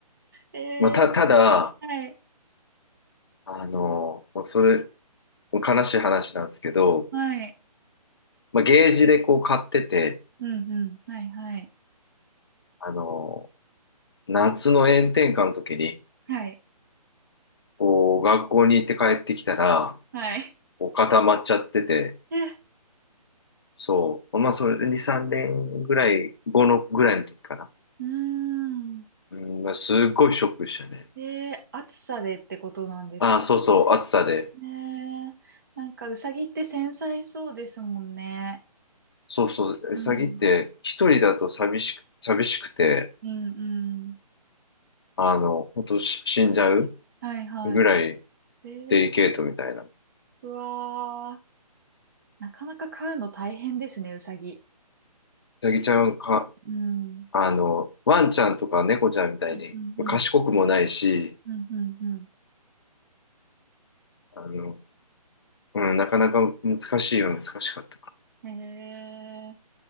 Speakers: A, on the right; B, on the left.
A: ええ
B: まあ、た、ただ、
A: はい、
B: あの、もうそれ、もう悲しい話なんですけど、
A: はい、
B: まあ、ゲージでこう買ってて、
A: うんうん、はい、はい、
B: あの、夏の炎天下の時に、
A: はい、
B: こう、学校に行って帰ってきたら、
A: はい。
B: こう固まっちゃってて、
A: え、
B: そう、まあ、それ2、3年ぐらい、後のぐらいの時かな。
A: うーん。
B: うん、まあ、すっごいショックでしたね。
A: え暑さでってことなんですか
B: ああ、そうそう、暑さで。
A: ねえ、なんかうさぎって繊細そうですもんね。
B: そうそう、
A: うん、
B: ウサギって一人だと寂しく、寂しくて、
A: うん、うん。
B: あの、ほんとし死んじゃう
A: はいはいは
B: ぐらい
A: い。えー、
B: デリケートみたいな。ウ
A: うわー、なかなか飼うの大変ですね、うさぎ。
B: サギちゃんか、
A: うん、
B: あの、ワンちゃんとか猫ちゃんみたいに賢くもないし、
A: うん、うん、うん、うん。うんうん
B: あの、うん、なかなか難しいは難しかったか
A: へえ、